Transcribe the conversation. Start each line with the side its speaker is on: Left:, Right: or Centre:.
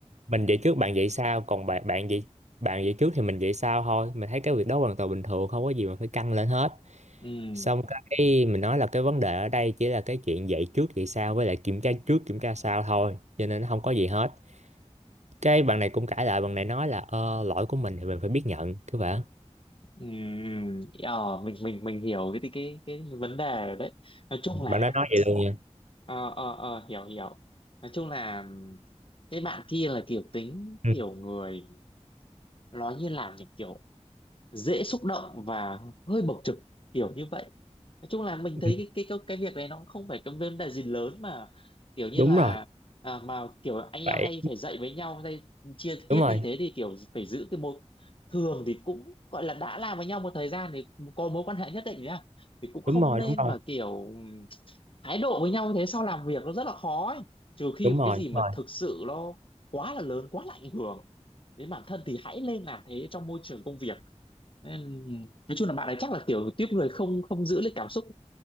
Right: mình dậy trước bạn dậy sau còn bạn bạn dậy bạn dậy trước thì mình dậy sau thôi mình thấy cái việc đó hoàn toàn bình thường không có gì mà phải căng lên hết
Left: ừm,
Right: xong cái mình nói là cái vấn đề ở đây chỉ là cái chuyện dậy trước dậy sau với lại kiểm tra trước kiểm tra sau thôi cho nên nó không có gì hết cái bạn này cũng cãi lại bạn này nói là ờ, lỗi của mình thì mình phải biết nhận cứ vậy
Left: ừm, ờ, mình mình mình hiểu cái cái cái cái vấn đề rồi đấy nói chung là
Right: bạn đó nói vậy luôn nha
Left: ờ ờ ờ, hiểu hiểu nói chung là cái bạn kia là kiểu tính
Right: ừ.
Left: kiểu người nói như làm nhỉ kiểu dễ xúc động và hơi bộc trực kiểu như vậy nói chung là mình
Right: ừ,
Left: thấy cái cái cái, cái việc này nó cũng không phải cái vấn đề gì lớn mà kiểu như
Right: đúng
Left: là
Right: rồi
Left: à, mà kiểu anh
Right: vậy
Left: em hay phải dạy với nhau hay chia tiết
Right: đúng rồi
Left: như thế thì kiểu phải giữ cái mối thường thì cũng gọi là đã làm với nhau một thời gian thì có mối quan hệ nhất định nhá thì cũng không
Right: đúng rồi
Left: nên
Right: đúng rồi
Left: mà kiểu ừm, thái độ với nhau như thế sau làm việc nó rất là khó ấy. Trừ khi
Right: đúng
Left: mà
Right: rồi
Left: cái gì
Right: đúng
Left: mà
Right: rồi
Left: thực sự nó quá là lớn quá là ảnh hưởng đến bản thân thì hãy lên làm thế trong môi trường công việc nên, nói chung là bạn ấy chắc là kiểu tiếp người không không giữ được cảm xúc